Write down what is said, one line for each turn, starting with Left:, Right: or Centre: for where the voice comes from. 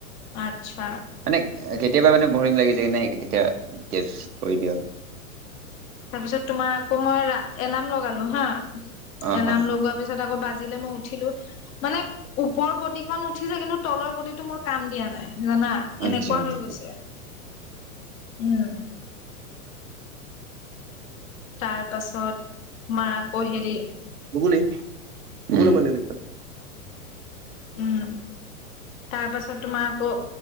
Left: আটচা
Right: মানে কেতিয়াবা মানে বৰিং লাগি যায় কিনে য়েচ তেতিয়া কৰি দিওঁ
Left: তাৰ পিছত তোমাৰ আকৌ মই এলাৰ্ম লগালো হা এলাৰ্ম
Right: অ হ
Left: লগোৱা তাৰ পিছত আকৌ বাজিলে মই উঠিলো। মানে ওপৰ বডি কণ উঠিছে। কিন্তু তলৰ বডিটো মোৰ কাম দিয়া নাই জানা? এনেকুৱা
Right: আৰ্টচা <unintelligible>
Left: হৈ গৈছে উম তাৰ পাছত তোমাৰ আকৌ হেৰি
Right: ভগলি মগলি মন লত
Left: উম তাৰ পাছত তোমাৰ আকৌ